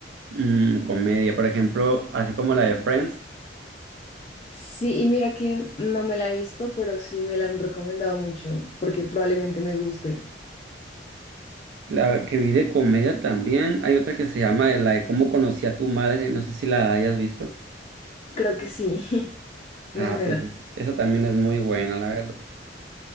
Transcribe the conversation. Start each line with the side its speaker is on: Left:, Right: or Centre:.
Right: Mm, comedia, por ejemplo, así como la de Friends.
Left: Sí, y mira que no me la he visto, pero sí me la han recomendado mucho, porque probablemente me guste.
Right: La que vi de comedia también. Hay otra que se llama de la de cómo conocí a tu madre. No sé si la hayas visto.
Left: Creo que sí, <laughs> me
Right: Ah,
Left: suena.
Right: pues esa también es muy buena, la verdad.